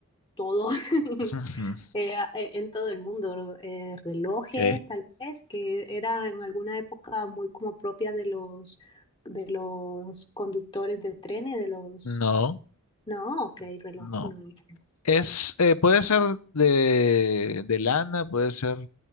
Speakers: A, on the left (about 25°); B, on the left (about 80°).
A: todo. <laughs>
B: <laughs> Ujú.
A: eh, a- eh, en todo el mundo, ¿no? Eh, relojes
B: Ok.
A: tal vez, que era en alguna época muy como propia de los, de los conductores de trenes, de los...
B: No,
A: No, ok, reloj,
B: no.
A: no. entonces.
B: Es, eh, puede ser de, de lana, puede ser,